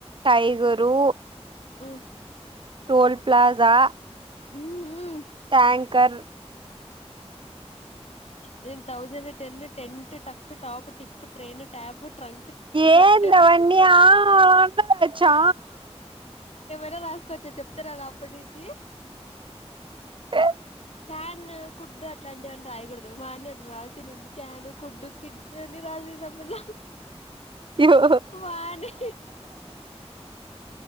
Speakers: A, on the right; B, on the left.
A: టైగరు
B: ఉమ్.
A: టోల్ ప్లాజా
B: ఉమ్మ్.
A: ట్యాంకర్
B: నిను thousand ten tent tuck top tip train tap trunk ticket
A: ఏందవన్నీ ఆ అందచ్చా
B: దే రాసుకోచ్చా చెప్తాలేనా అప్పటి నుంచి
A: త
B: క్యాన్ కుడ్డు అట్లాంటివన్ని రాయకూడదు వాని అట్లా రాసింది క్యాన్ కుడ్డుకిిడ్ని రాసే ఆ పిల్ల
A: అయ్యో
B: వాణి